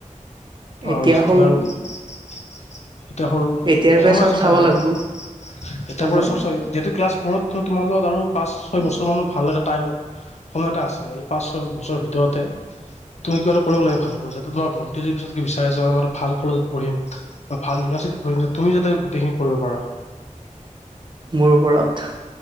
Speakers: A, on the right; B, on the left.
A: এতিয়া
B: আৰু
A: সৰু
B: তুমি আৰু এতিয়া সৰু
A: এতিয়াৰ পৰা
B: সময়
A: চব
B: আছে
A: চাব
B: তোমাৰ লগত
A: লাগব।
B: এতিয়
A: সময়
B: পৰা চব চ যিহেতু ক্লাছ। ঘৰত তোমাৰ লগত আৰু পাঁচ ছয় বছৰ মানৰ ভাল এটা টাইম সময় এটা আছে এই পাঁচ ছয় বছৰৰ ভিতৰতে তুমি কিবা এটা কৰিব লাগে ভালকৈ যাতে তোমাৰ ফোন। পিছতকে বিচাৰে যে মই ভাল কলেজত পঢ়িম বা ভাল ইউনিভাৰ্চিটিত পঢ়িম যে তুমি যাতে গোটেইখিনি কৰিব পাৰা।
A: মোৰ ওপৰত।